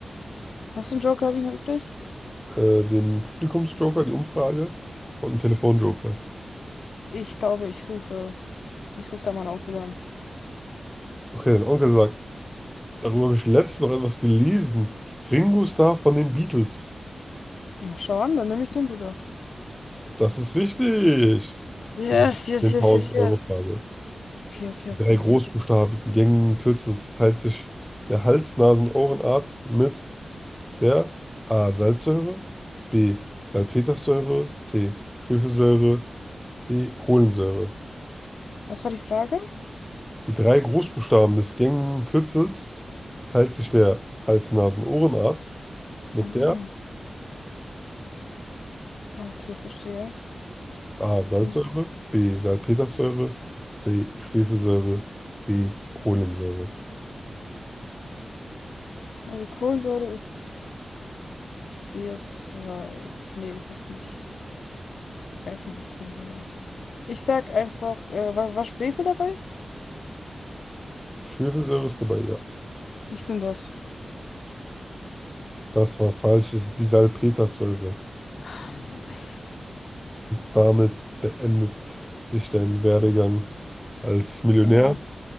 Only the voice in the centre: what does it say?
äh, den Publikumsjoker, die Umfrage und einen Telefonjoker.
Okay, dein Onkel sagt, darüber habe ich letztens noch etwas gelesen. Ringo Starr von den Beatles.
Das ist richtig.
Die
10.000-Euro-Frage.
In
drei
großbuchstabigen
Gängen Kürzels teilt sich der Hals-, Nasen- und Ohrenarzt mit der A. Salzsäure, B. Salpetersäure, C. Schwefelsäure, D. Kohlensäure.
Die drei Großbuchstaben des gängigen Kürzels teilt sich der Hals-Nasen-Ohrenarzt mit
der
A. Salzsäure,
B. Salpetersäure, C. Schwefelsäure, D. Kohlensäure.
Schwefelsäure ist dabei, ja.
Das war falsch, es ist die Salpetersäure.
Damit beendet sich dein Werdegang als Millionär.